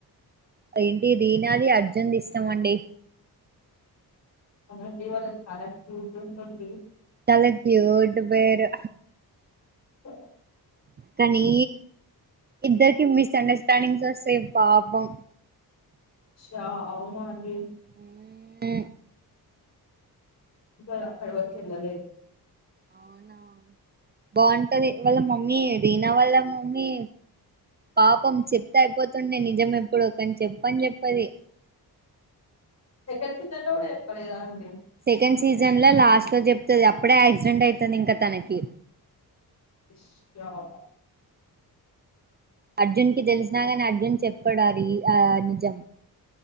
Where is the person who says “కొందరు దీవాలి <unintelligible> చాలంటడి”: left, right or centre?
Left